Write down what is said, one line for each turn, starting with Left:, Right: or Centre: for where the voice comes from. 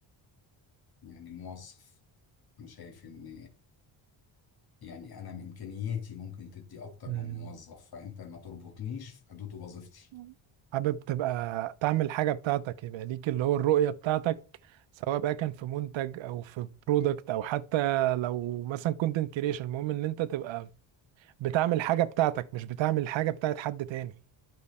Left: يعني موظف انا شايف ان يعني انا من امكانياتي ممكن تدي اكتر
Right: مم.
Left: من موظف فانت ما تربطنيش في حدود وظيفتي
Right: مم. حابب تبقى تعمل حاجة بتاعتك يبقى ليك اللي هو الرؤية بتاعتك سواء بقى كان في منتج او في برودكت او حتى لو مثلا كونتنت كريشن المهم ان انت تبقى بتعمل حاجة بتاعتك مش بتعمل حاجة بتاعت حد تاني